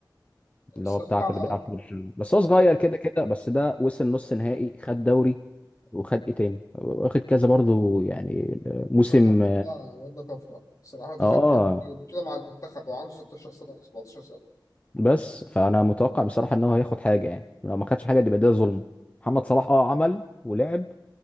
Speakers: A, on the left; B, on the left.
A: اللي
B: بصراحة
A: هو بتاع كل بيلعب في برشلونه بس هو صغير كده كده بس ده وصل نص نهائي خد دوري وخد ايه تاني واخد كذا برضو يعني موسم
B: بصراحة الواد ده الواد ده طفرة بصراحة دخلت
A: اه
B: البطولة مع المنتخب وعنده 16 سنة ولا 17 سنة
A: بس فانا متوقع بصراحه ان هو هياخد حاجه يعني لو ما خدش حاجه دي يبقى ده ظلم محمد صلاح اه عمل ولعب